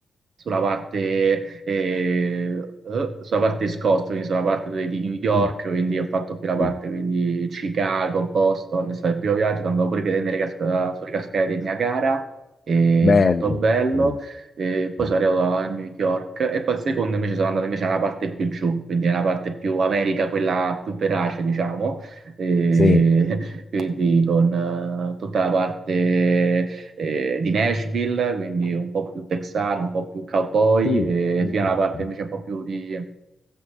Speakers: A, on the right; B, on the left.
A: sulla parte, eh, eh, sulla parte Scott, quindi sulla parte de- di New York,
B: Mm,
A: quindi ho fatto più la
B: mm.
A: parte quindi Chicago, Boston, è stato il primo viaggio, sono andato pure a vedere le cas- sulle cascate del Niagara, eh,
B: Bello,
A: molto bello.
B: sì,
A: Eh, poi
B: mm.
A: sono arrivato a New York e poi il secondo invece sono andato invece nella parte più giù, quindi nella parte più America, quella più verace, diciamo. Eh,
B: sì,
A: quindi con eh, tutta la parte eh, di Nashville, quindi un po' più texano, un po' più cowboy,
B: sì.
A: e
B: sì,
A: fino alla
B: sì,
A: parte
B: sì.
A: invece un po' più di eh,